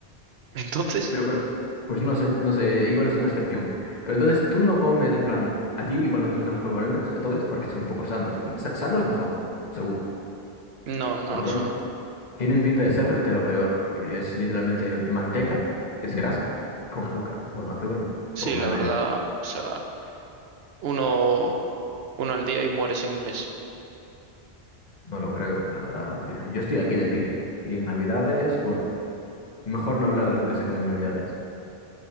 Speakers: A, on the right; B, on the left.
A: <laughs> Entonces,
B: Pero, pero, pues no sé, no sé, igual es una excepción. Pero entonces tú no comes, en plan, a ti igual no te gustan los polvorones, entonces, porque son poco sanos. Hombre, sa- Sanos no son, seguro.
A: no, no
B: Los polvorones
A: lo son.
B: tienen pinta de ser de lo peor, porque es literalmente manteca, que es grasa, con azúcar. Bueno, azúcar no,
A: Sí,
B: con
A: la
B: almendra.
A: verdad, o sea, uno. uno al día y mueres en un mes,
B: No lo creo, la verdad. no. Yo, yo estoy aquí de pie. ¿eh? Y en Navidades, bueno, mejor no hablar de lo que se come en Navidades.